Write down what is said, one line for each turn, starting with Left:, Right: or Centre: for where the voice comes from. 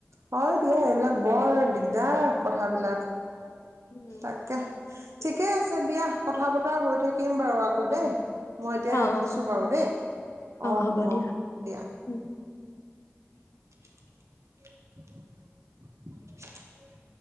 Right: হয় দিয়া এইবিলাক বৰ দিগদাৰ কথাবিলাক।
Left: উম।
Right: তাকে। ঠিকে আছে দিয়া কথা বতৰা হৈ থাকিম বাৰু আকৌ দেই। মই এতিয়া
Left: অ
Right: ৰাখিছো
Left: অ
Right: বাৰু দেই, অ
Left: হ'ব
Right: অ
Left: দিয়া
Right: দিয়া।
Left: উম।
Right: <inaudible>